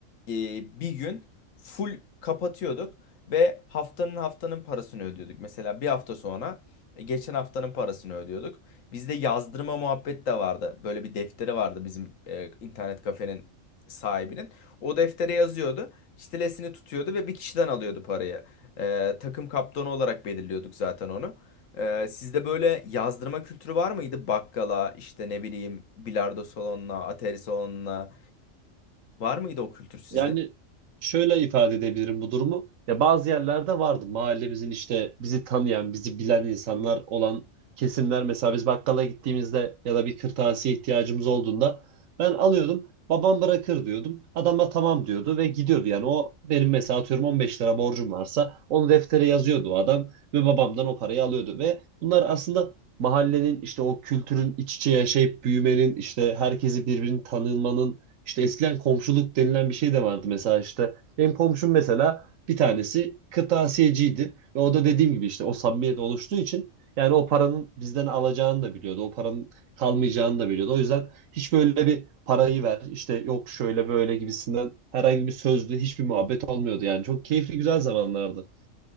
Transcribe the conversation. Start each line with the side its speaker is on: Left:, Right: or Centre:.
Left: e, bir gün full kapatıyorduk ve haftanın haftanın parasını ödüyorduk. Mesela bir hafta sonra e, geçen haftanın parasını ödüyorduk. Bizde yazdırma muhabbet de vardı. Böyle bir defteri vardı bizim e, internet kafenin sahibinin. O deftere yazıyordu. Çitelesini tutuyordu ve bir kişiden alıyordu parayı. E, takım kaptanı olarak belirliyorduk zaten onu. E, sizde böyle yazdırma kültürü var mıydı? Bakkala, işte ne bileyim, bilardo salonuna, atari salonuna var mıydı o kültür sizde?
Right: Yani şöyle ifade edebilirim bu durumu. Ya bazı yerlerde vardı mahallemizin işte bizi tanıyan, bizi bilen insanlar olan kesimler. Mesela biz bakkala gittiğimizde ya da bir kırtasiye ihtiyacımız olduğunda ben alıyordum. Babam bırakır diyordum. Adam da tamam diyordu ve gidiyordu. Yani o benim mesela atıyorum 15 lira borcum varsa onu deftere yazıyordu o adam ve babamdan o parayı alıyordu. Ve bunlar aslında mahallenin işte o kültürün iç içe yaşayıp büyümenin işte herkesi birbirini tanımanın işte eskiden komşuluk denilen bir şey de vardı. Mesela işte benim komşum mesela bir tanesi kırtasiyeciydi. Ve o da dediğim gibi işte o samimiyet oluştuğu için yani o paranın bizden alacağını da biliyordu. O paranın kalmayacağını da biliyordu. O yüzden hiç böyle bir parayı ver işte yok şöyle böyle gibisinden herhangi bir sözlü hiçbir muhabbet olmuyordu. Yani çok keyifli güzel zamanlardı.